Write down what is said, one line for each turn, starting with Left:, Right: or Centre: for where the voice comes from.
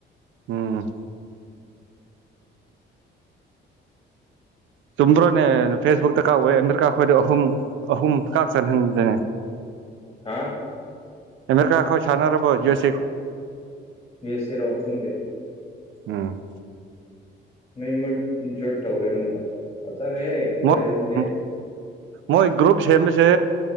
Right: ꯎꯝ ꯆꯨꯝꯕ꯭ꯔꯣꯅꯦ ꯐꯦꯁꯕꯨꯛꯇ ꯀꯥꯋꯦ ꯑꯃꯦꯔꯤꯀꯥ ꯈꯣꯏꯗꯨ ꯑꯍꯨꯝ ꯑꯍꯨꯝ ꯀꯥꯥꯛꯆꯟ ꯍꯟꯗꯦ
Left: ꯍꯥ
Right: ꯑꯃꯦꯔꯤꯀ ꯈꯣꯏ ꯁꯥꯟꯅꯔꯕꯣ ꯌꯨꯁ
Left: ꯌꯦꯁꯦꯔꯣ ꯈꯪꯗꯦ
Right: ꯎꯝ
Left: ꯅꯣꯏꯃꯔꯠ ꯏꯟꯖꯣꯏ ꯇꯧꯔꯦ ꯑꯃꯨꯛꯀ ꯌꯥꯔꯦ ꯍꯦ
Right: ꯎꯝ
Left: ꯕꯥꯔꯖꯤꯟꯗꯤ
Right: ꯃꯣꯏ ꯒ꯭ꯔꯨꯞ ꯁꯦꯝꯕꯁꯦ